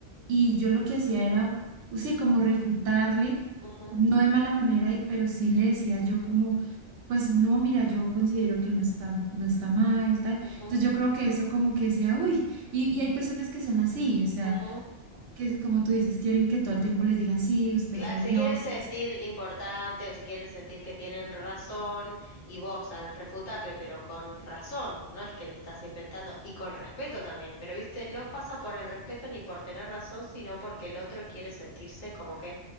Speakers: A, on the right; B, on the left.
A: Y yo lo que hacía era, pues, sí, como refutarle,
B: ujú,
A: no de mala manera, y- pero sí le decía yo como, pues, no, mira, yo considero que no está, no está mal, tal.
B: ujú,
A: Entonces yo creo que eso como que decía, uy, y, y hay personas que son así, o sea,
B: ujú.
A: que como tú dices, quieren que todo el tiempo les digan, sí, usted
B: Claro,
A: es el
B: se
A: dios.
B: quieren sentir
A: es-
B: importantes o se quieren sentir que tienen razón y vos al refutarle, pero con razón, no es que le estás inventando y con respeto también, pero viste, no pasa por el respeto ni por tener razón, sino porque el otro quiere sentirse como que